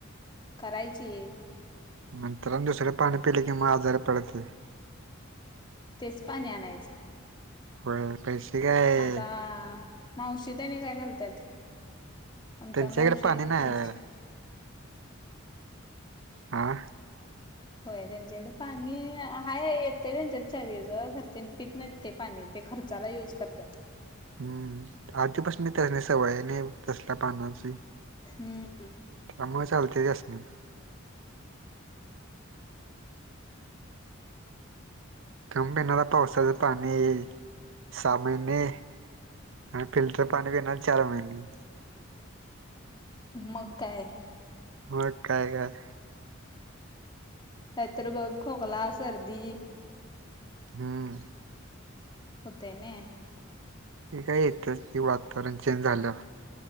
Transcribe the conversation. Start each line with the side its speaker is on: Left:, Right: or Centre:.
Left: करायची.
Right: नंतर दुसर पाणी पिले किं मग, आजारी पडते.
Left: तेच पाणी आणायचं
Right: होय पैसे काय
Left: आता. मावशी त्यानी काय करत्यात, आमच्या
Right: त्यांच्याकडे
Left: मावशी
Right: पाणी नाही
Left: आमची
Right: आहे हां.
Left: होय त्यांच्याकडे पाणी हाय येतय त्यांच्यात, चावीच खर ते पित नाहींत. ते पाणी ते खर्चाला युज करतात.
Right: हम्म, आधीपासन त्यांना सवय हाय नाही, तसल्या पानाची.
Left: हम्म.
Right: त्यामुळे चालते ते त्यांसनी. तुम्ही पिणारा पावसाचं पाणी, येईल सहा महिने. आणि फिल्टर पाणी पीनार सहा महिने.
Left: मग काय.
Right: मग काय-काय.
Left: नाहीतर मग खोकला, सर्दी.
Right: हम्म.
Left: होतय नई.
Right: काय इथंच की वातावरण चेंज झालं.